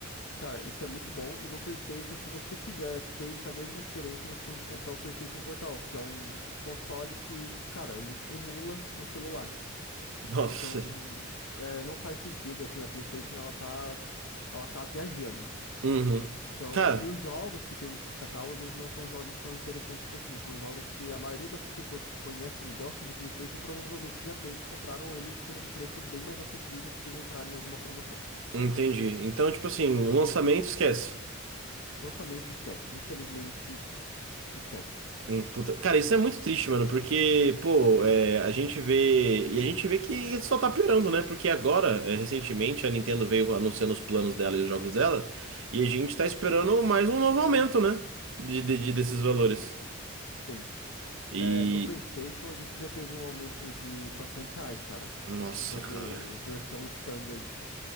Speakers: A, on the left; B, on the right.
A: Cara, isso é muito bom. E no PlayStation, se você quiser ter essa mesma experiência, você tem que comprar o PlayStation Portal, que é um console que, cara, ele emula um celular.
B: <laughs> Nossa.
A: Então, é, não faz sentido, assim, a PlayStation, ela tá, ela tá viajando.
B: Uhum.
A: Então,
B: Cara,
A: e os jogos que tem nesses catálogos não são jogos tão interessantes assim. São jogos que a maioria das pessoas que conhecem e gostam de PlayStation provavelmente já tem, compraram eles por um preço bem mais acessível, porque já entraram em alguma promoção.
B: entendi. Então, tipo assim, o lançamento, esquece.
A: Lançamento, esquece. Infelizmente, esquece.
B: Hum, puta- Cara, isso é muito triste, mano, porque, pô, é, a gente vê. E a gente vê que isso só tá piorando, né? Porque agora, é, recentemente, a Nintendo veio anunciando os planos dela e os jogos dela, e a gente tá esperando mais um novo aumento, né? de, de de- desses valores.
A: Tem.
B: E.
A: É, no PlayStation a gente já teve um aumento de 400 reais, cara.
B: Nossa,
A: Em Jogo
B: cara.
A: versão standard.